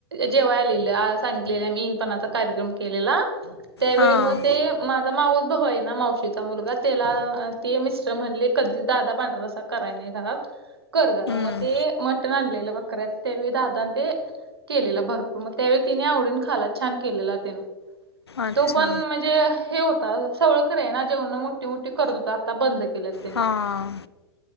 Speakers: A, on the right; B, on the left.
A: जेवाय आलेल्या, सांगितलेल्या मी इनपणाचा कार्यक्रम केलेला. त्यावेळी
B: हां
A: मग ते माझा मावस भाऊ आहे ना, मावशीचा मुलगा. तेला ते मिस्टर म्हणले, कधी दादा पांढरा रस्सा कराय नाही घरात, कर जरा. मग
B: हं,
A: ते मटण आणलेलं बकऱ्याचं त्यावेळी दादानं ते केलेला भरपूर, मग त्यावेळी तिने आवडीन खाला छान केलेला त्यानं.
B: अच्छा
A: तो. पण म्हणजे? हे हो तर सगळे कडे आहे ना जेवण मोठी मोठी करत होता आता बंद केल्यात. त्यानं
B: हां.